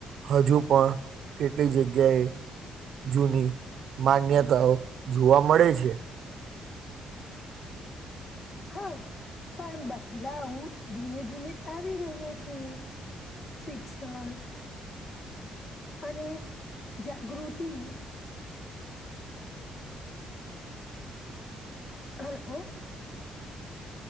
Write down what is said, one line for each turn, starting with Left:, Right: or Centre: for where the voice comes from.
Right: હજુ પણ કેટલી જગ્યાએ. જૂની માન્યતાઓ જોવા મળે છે.
Left: હા પણ બદલાવ ધીમે ધીમે આવી રહ્યો છે. શિક્ષણ. અને જાગૃતિ. હેલો.